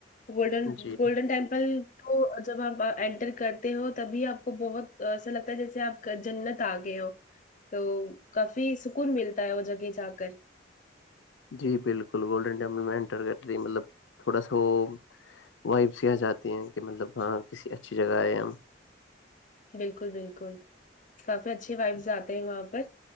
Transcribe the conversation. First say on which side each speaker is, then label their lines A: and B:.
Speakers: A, on the left (about 45°); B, on the left (about 90°).
A: گولڈن
B: جی
A: گولڈن ٹیمپل تو جب آپ انٹر کرتے ہو تبھی آپ کو بہت ایسا لگتا ہے جیسے آپ جنت آگئے ہو تو کافی سکون ملتا ہے وہ جگہ جا کر
B: جی بالکل گولڈن ٹیمپل میں انٹر کرتی مطلب تھوڑا سا وہ وائب سے یہ آ جاتی ہیں کہ مطلب ہاں کسی اچھی جگہ آیے ہے ہم
A: بالکل بالکل کافی اچھے وائبز آتے ہیں وہاں پر